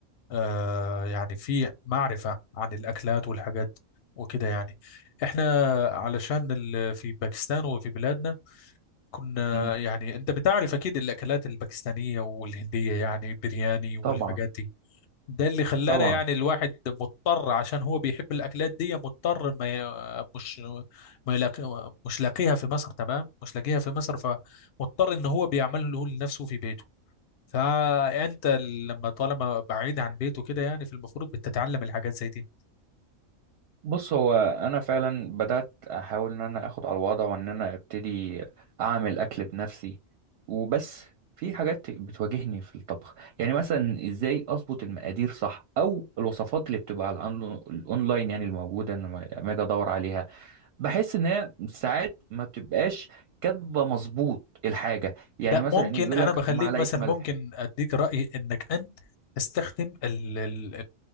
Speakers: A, on the left; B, on the right.
A: آه، يعني في معرفة عن الأكلات والحاجات وكده يعني احنا علشان ال- في باكستان وفي بلادنا كنا
B: امم
A: يعني انت بتعرف اكيد الاكلات الباكستانية والهندية يعني برياني والحاجات
B: طبعا
A: دي ده اللي خلانا
B: طبعا
A: يعني الواحد مضطر عشان هو بيحب الاكلات دي مضطر ما ي- مش ما يلاقي مش لاقيها في مصر تمام مش لاقيها في مصر فمضطر ان هو بيعمله لنفسه في بيته فانت لما طالما بعيد عن بيته كده يعني في المفروض بتتعلم الحاجات زي دي
B: بص هو انا فعلا بدات احاول ان انا اخد على الوضع وان انا ابتدي اعمل اكل بنفسي وبس في حاجات بتواجهني في الطبخ يعني مثلا ازاي اظبط المقادير صح او الوصفات اللي بتبقى على الأون- الاونلاين يعني الموجوده انا لما لما اجي ادور عليها بحس ان هي ساعات ما بتبقاش كاتبه مظبوط الحاجه يعني
A: ده
B: مثلا
A: ممكن
B: ايه يقول
A: انا
B: لك
A: بخليك
B: معلقه
A: مثلا
B: ملح
A: ممكن اديك رايي انك انت تستخدم ال- ال-